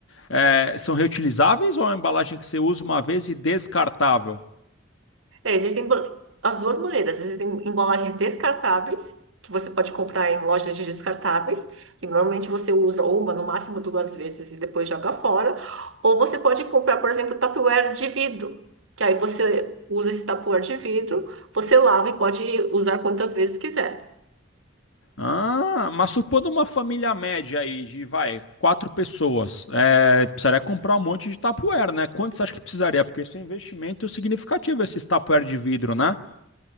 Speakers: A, on the left; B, on the right.
A: é, são reutilizáveis ou é uma embalagem que você usa uma vez e descartável?
B: É, existem bo- as duas maneiras. Existem embalagens descartáveis, que você pode comprar em lojas de descartáveis, que normalmente você usa uma, no máximo duas vezes e depois joga fora. Ou você pode comprar, por exemplo, Tupperware de vidro, que aí você usa esse Tupperware de vidro, você lava e pode usar quantas vezes quiser.
A: Ah, mas supondo uma família média aí de, vai, quatro pessoas, é, precisaria comprar um monte de Tupperware, né? Quantos acha que precisaria? Porque isso é um investimento significativo, esses Tupperware de vidro, né?